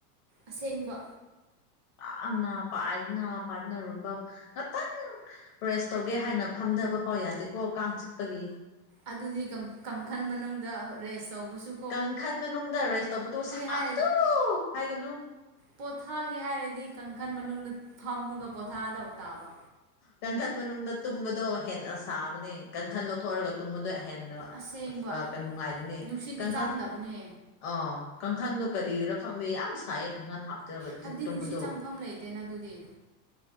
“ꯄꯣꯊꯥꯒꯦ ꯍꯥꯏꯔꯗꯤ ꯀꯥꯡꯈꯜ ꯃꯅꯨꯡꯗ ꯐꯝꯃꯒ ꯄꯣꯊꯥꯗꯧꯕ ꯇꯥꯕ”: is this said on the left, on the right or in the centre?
Right